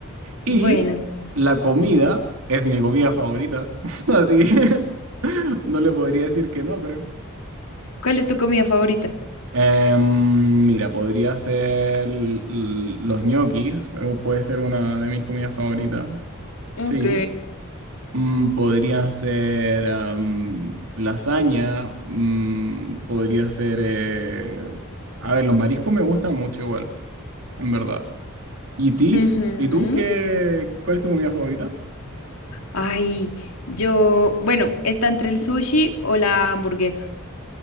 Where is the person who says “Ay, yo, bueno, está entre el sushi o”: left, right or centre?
Left